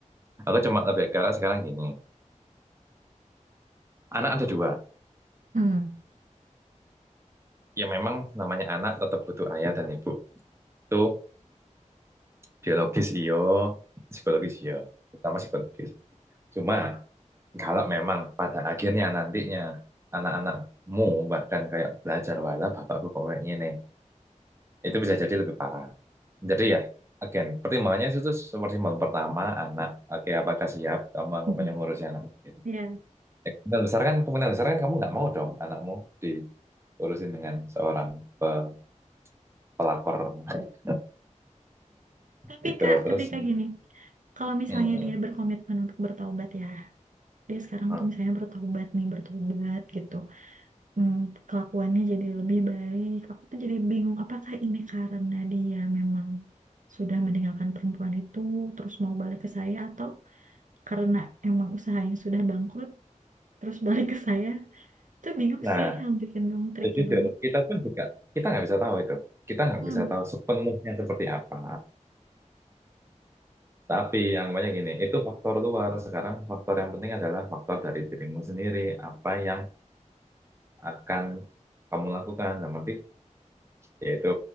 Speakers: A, on the right; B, on the right.
A: Aku cuma lebih ke arah sekarang gini. Anak ada dua.
B: Mm.
A: Ya memang namanya anak tetap butuh ayah dan ibu. Itu biologis iyo, psikologis iyo, terutama psikologis. Cuma kalau memang pada akhirnya nantinya anak-anakmu bahkan kayak belajar wala bapakku kok kayak gini. itu bisa jadi lebih parah. Jadi ya, again, pertimbangannya itu seperti malam pertama, anak. Oke, apakah siap kamu anggapannya
B: Mm-mm.
A: ngurusin anak? Gitu.
B: Iya.
A: Eh, Kemungkinan besar kan, kemungkinan besar kan kamu nggak mau dong anakmu diurusin dengan seorang pe- pelakor. <laughs>
B: Tapi
A: Gitu,
B: Kak,
A: terus.
B: tapi Kak
A: mm,
B: gini, kalau misalnya
A: mm,
B: dia berkomitmen untuk bertaubat ya, dia sekarang
A: mm.
B: tuh misalnya bertaubat nih, bertobat gitu, hmm, kelakuannya jadi lebih baik. Aku tuh jadi bingung, apakah ini karena dia memang sudah meninggalkan perempuan itu, terus mau balik ke saya, atau karena emang usahanya sudah bangkrut, terus balik ke saya? Itu bingung
A: Nah,
B: sih, yang bikin bingung tricky
A: ya jujur,
B: banget.
A: kita pun juga, kita nggak bisa tahu itu. Kita nggak
B: Hmm.
A: bisa tahu sepenuhnya seperti apa. Tapi yang banyak gini, itu faktor luar. Sekarang faktor yang penting adalah faktor dari dirimu sendiri. Apa yang akan kamu lakukan. Nah, nanti yaitu